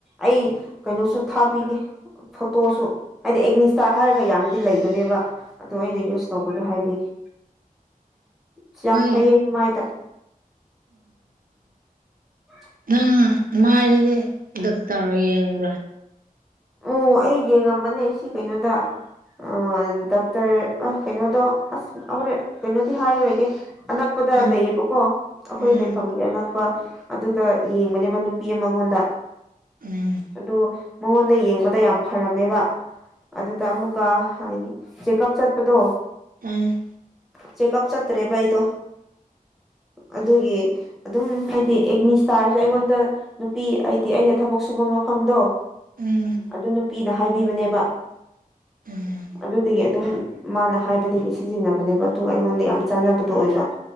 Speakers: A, in the centre; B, on the right.
A: ꯑꯩ ꯀꯩꯅꯣꯁꯨ ꯊꯥꯕꯤꯒꯦ꯫ ꯐꯣꯇꯣꯁꯨ ꯍꯥꯏꯗꯤ ꯑꯦꯛꯅꯤꯁꯇ꯭ꯥꯔ ꯍꯥꯏꯔꯒ ꯌꯥꯝꯅꯗꯤ ꯂꯩꯕꯅꯦꯕ꯫ ꯑꯗꯣ ꯑꯩꯅ ꯌꯨꯁ ꯇꯧꯕꯗꯣ ꯍꯥꯏꯕꯤꯒꯦ ꯑꯁ ꯌꯥꯝ
B: ꯍꯣꯏ
A: ꯐꯩꯌꯦ ꯑꯩ ꯃꯥꯏꯗ꯫ <inaudible>
B: ꯅꯪ ꯃꯥꯏꯗꯗꯤ ꯗꯛꯇꯔ ꯌꯦꯡꯕ꯭ꯔꯥ
A: ꯎ ꯑꯩ ꯌꯦꯡꯉꯝꯕꯅꯦ ꯁꯤ ꯀꯩꯅꯣꯗ꯫ ꯑ ꯗꯥꯛꯇꯔ ꯑ ꯀꯩꯅꯣꯗꯣ ꯑꯁ ꯍꯣꯔꯦꯟ ꯀꯩꯅꯣꯗꯤ ꯍꯥꯏꯔꯔꯣꯏꯒꯦ꯫ ꯑꯅꯛꯄꯗ
B: ꯎꯝ
A: ꯂꯩꯌꯦꯕꯀꯣ ꯑꯩꯈꯣꯏ
B: ꯎꯝ
A: ꯂꯩꯐꯝꯒꯤ ꯑꯅꯛ ꯄ ꯑꯗꯨꯗ ꯌꯦꯡꯕꯅꯦꯕ ꯅꯨꯄꯤ ꯑꯃꯉꯣꯟꯗ
B: ꯎꯝ
A: ꯑꯗꯣ꯫ ꯃꯉꯣꯟꯗ ꯌꯦꯡꯕ꯫ ꯌꯥꯝ ꯐꯔꯝꯃꯦꯕ ꯑꯗꯨꯗ ꯑꯃꯨꯛꯀ ꯆꯦꯛꯀꯞ ꯆꯠꯄꯗꯣ
B: ꯎꯝ
A: ꯆꯦꯛꯀꯞ ꯆꯠꯇ꯭ꯔꯦꯕ ꯑꯩꯗꯣ ꯑꯗꯨꯒꯤ꯫ ꯑꯗꯨꯝ ꯍꯥꯏꯗꯤ ꯑꯦꯛꯅꯤ ꯁꯇ꯭ꯥꯔꯁꯦ ꯑꯩꯉꯣꯟꯗ ꯅꯨꯄꯤ ꯍꯥꯏꯗꯤ ꯑꯩꯅ ꯊꯕꯛ ꯁꯨꯕ ꯃꯐꯝꯗꯣ꯫
B: ꯎꯝ
A: ꯑꯗꯨ ꯅꯨꯄꯤꯅ ꯍꯥꯏꯕꯤꯕꯅꯦꯕ꯫
B: ꯎꯝ
A: ꯑꯗꯨꯗꯒꯤ ꯑꯗꯨꯝ ꯃꯥꯅ ꯍꯥꯏꯕꯗꯒꯤ ꯁꯤꯖꯤꯟꯅꯕꯅꯦꯕ ꯑꯗꯨꯒ ꯑꯩꯉꯣꯟꯗ ꯌꯥꯝ ꯆꯥꯟꯅꯕꯗꯣ ꯑꯣꯏꯕ꯫